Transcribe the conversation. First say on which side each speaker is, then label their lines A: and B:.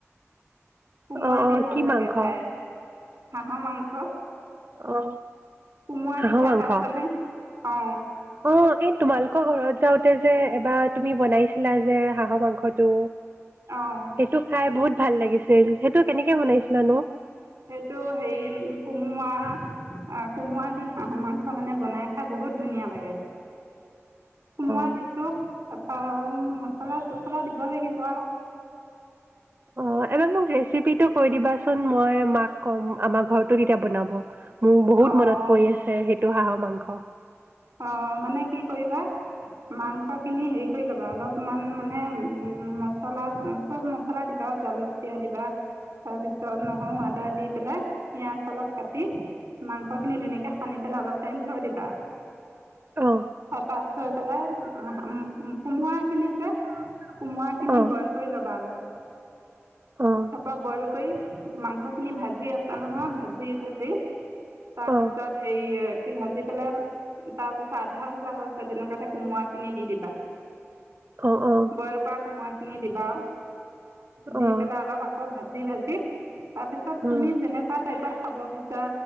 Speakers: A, on the right; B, on the right.
A: কোমোৱা
B: অ অ
A: দি ভাল
B: কি মাংস
A: লাগে খাই হাঁহৰ মাংস
B: অ
A: কুমুৰা
B: হাঁহৰ
A: দি খাই
B: মাংস
A: পাইছনে অ
B: অ এই তোমালোকৰ ঘৰত যাওঁতে যে এবাৰ তুমি বনাইছিলা যে হাঁহৰ মাংসটো
A: অঁ
B: সেইটো খাই বহুত ভাল লাগিছিল সেইটো কেনেকে বনাইছিলানো
A: সেইটো হেৰি কোমোৱা কোমোৱা দি হাঁহৰ মাংস মানে বনাই খাই বহুত ধুনীয়া লাগে কোমোৰা
B: অ
A: দিছোঁ তাৰপৰা আৰু মছলা চছলা দিব লাগিব আও
B: অ এবাৰ মোক ৰেচিপিটো কৈ দিবাচোন মই মাক কম আমাৰ ঘৰতো তেতিয়া বনাব মোৰ বহুত
A: অঁ
B: মনত পৰি আছে সেই টো হাঁহৰ মাংস
A: অ মানে কি কৰিবা মাংসখিনি হেৰি কৰি ল'বা অলপমান মানে মছলা চব মছলা দিবা জালুকদিয়া দিবা তাৰপিছত নহৰু আদা দি পেলাই পিঁয়াজ অলপ কাটি মাংসখিনি ধুনীয়াকৈ সানি পেলাই অলপ টাইম থৈ দিবা
B: অহ
A: তাৰপৰা থৈ পেলাই উম ম্ কোমোৰা খিনি যে কোমোৰাখিনি
B: অঁ
A: বইল কৰি ল'বা অলপ
B: অঁ
A: তাৰপৰা বইল কৰি মাংস খিনি ভাজি আছা নহয় ভাজি ভাজি তাৰপিছত
B: অঁ
A: সেই এ কি ভাজি পেলাই তাৰ পিছত আধা ভাজা হৈছে তেনেকুৱাতে কোমোৰা খিনি দি দিবা।
B: অঁ অঁ
A: বইল কৰা কোমাৰা। কিনি দিবা দি
B: অঁ
A: পেলাই অলপ আকৌ ভাজ ভাঁজি ভাঁজি তাৰপিছত তুমি
B: অঁ
A: যেনেকুৱা টাইপৰ খাব বিচৰা